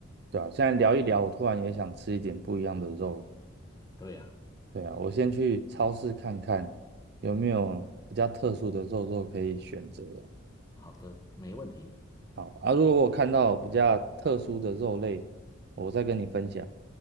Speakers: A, on the right; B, on the left.
A: 对啊，现在聊一聊，我突然也想吃一点不一样的肉。
B: 对呀，
A: 对啊，我先去超市看看有没有比较特殊的肉肉可以选择啊
B: 好的，没问题。
A: 好啊，如果我看到比较特殊的肉类，我再跟你分享。